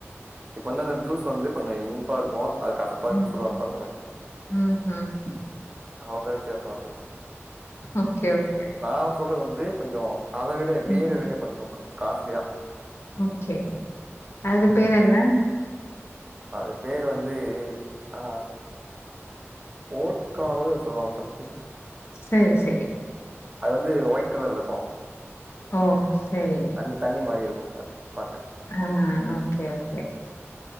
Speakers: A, on the right; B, on the left.
A: இப்ப வந்து அந்த ஜூஸ் வந்து கொஞ்சம் இனிப்பாருக்கும் அது கசப்பாருக்கு பாங்கன்னு
B: ம் ம்
A: சொல்லுவாங்க பக்கங்க
B: ம்ஹ்ம்.
A: அவ்வளதான் வித்தியாசம்ப்ப
B: ஓகே ஓகே
A: நா சொல்றது வந்து கொஞ்சோ அத விட பீயர
B: ம்
A: விட கொஞ்சோ காஸ்ட்லியா
B: ம் சேரி அது பேரு என்ன
A: அது பேரு வந்து ஆ ஓட்கா வோ எதொ சொல்வாங்க சம்திங்
B: சேரி சேரி
A: அது வந்து ஒயிட் கலர்லருக்கு
B: ஓ சேரி
A: உம் தண்ணி மாரிருக்கும் அது பாக்க
B: ம் ஓகே ஓகே